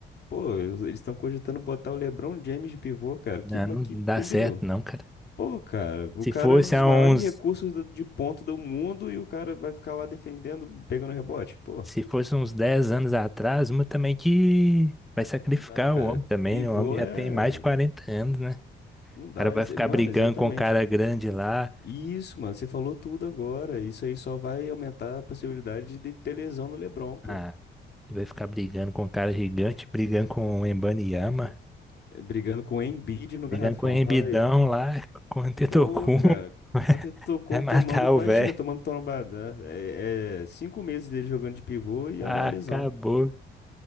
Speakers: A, on the left; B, in the centre.
A: Pô, eles estão cogitando botar o LeBron James de pivô, cara.
B: Não,
A: Que, mas
B: não
A: que, entendeu?
B: dá certo, não, cara.
A: Pô, cara, o
B: Se
A: cara
B: fosse
A: é um dos
B: há
A: maiores
B: uns,
A: recursos do- de ponto do mundo e o cara vai ficar lá defendendo, pegando rebote. Pô,
B: se fosse uns 10 anos atrás, uma também que vai
A: não,
B: sacrificar
A: não dá, cara.
B: o homem também,
A: Pivô
B: né? O homem já
A: é.
B: tem mais de 40 anos, né?
A: Não dá.
B: O cara vai
A: ex-
B: ficar
A: Mano,
B: brigando
A: exatamente.
B: com o cara grande lá.
A: Isso, mano, você falou tudo agora. Isso aí só vai aumentar a possibilidade de ter lesão no LeBron, pô.
B: Ah, ele vai ficar brigando com o cara gigante, brigando com o Embanyama,
A: Eh, Brigando com o Embiid no
B: brigando
A: garrafão.
B: com o Embidão
A: Fala aí.
B: lá, com o Antetokounmpo.
A: Pô, cara,
B: <laughs>
A: ontem tocou
B: Vai matar
A: tomando, imagina,
B: o velho.
A: tomando trombada. né? É, é cinco meses dele jogando de pivô e
B: Ah,
A: é uma lesão.
B: acabou.